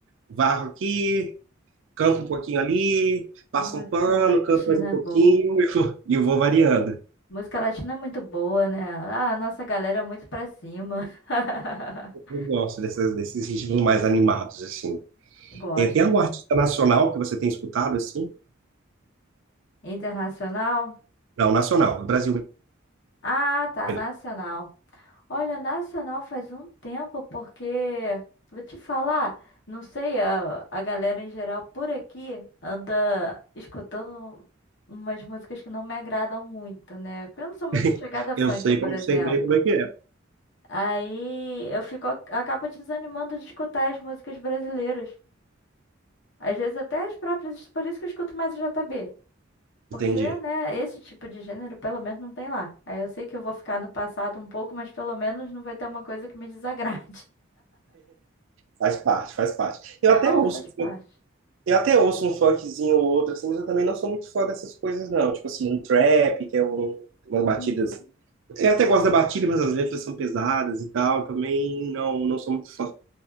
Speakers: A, on the right; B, on the left.
A: varro aqui, canto um pouquinho ali, passo
B: Música
A: um pano,
B: latina
A: canto mais um pouquinho
B: é boa.
A: <laughs> e vou, e vou variando.
B: Música latina é muito boa, né? Ah, a nossa galera é muito pra cima. <laughs>
A: Eu gosto dessas, desses ritmos mais animados, assim.
B: Gosto
A: É, tem algum
B: também.
A: artista nacional que você tem escutado, assim?
B: Internacional?
A: Não, nacional, do Brasil
B: Ah, tá,
A: mesmo.
B: nacional. Olha, nacional faz um tempo, porque, vou te falar, não sei, a, a galera em geral por aqui anda escutando umas músicas que não me agradam muito, né? Eu não sou muito
A: <laughs>
B: chegada a funk,
A: Eu sei
B: por
A: como
B: exemplo.
A: sei bem como é que é.
B: Aí eu fico, acabo desanimando de escutar as músicas brasileiras. Às vezes até as próprias, por isso que eu escuto mais o JB. Porque,
A: Entendi.
B: né, esse tipo de gênero pelo menos não tem lá. Aí eu sei que eu vou ficar no passado um pouco, mas pelo menos não vai ter uma coisa que me desagrade.
A: Faz parte, faz parte.
B: <laughs>
A: Eu
B: Não,
A: até ouço,
B: faz parte.
A: eu até ouço um funkzinho ou outro, assim, mas eu também não sou muito fã dessas coisas, não. Tipo assim, um trap, que é um, umas batidas.
B: Uhum.
A: Eu até gosto da batida, mas as letras são pesadas e tal. Eu Também não, não sou muito fã.